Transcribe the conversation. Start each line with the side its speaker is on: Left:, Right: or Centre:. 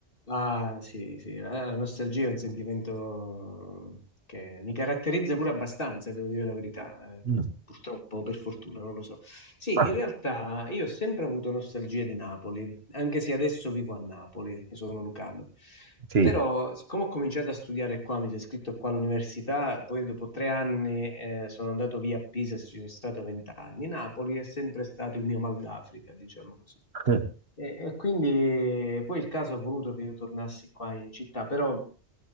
Left: Ah, sì, sì, eh, la nostalgia è un sentimento che mi caratterizza pure abbastanza, devo dire la verità, eh,
Right: Mm.
Left: purtroppo, o per fortuna, non lo so. Sì,
Right: Ah,
Left: in realtà io ho sempre avuto nostalgia di Napoli, anche se adesso vivo a Napoli, io sono lucano.
Right: sì.
Left: Però, siccome ho cominciato a studiare qua, mi sono iscritto qua all'università, poi dopo tre anni eh, sono andato via a Pisa e ci sono stato vent'anni. Napoli è sempre stato il mio mal d'Africa, diciamo così.
Right: <laughs>
Left: E, e quindi poi il caso ha voluto che io tornassi qua in città, però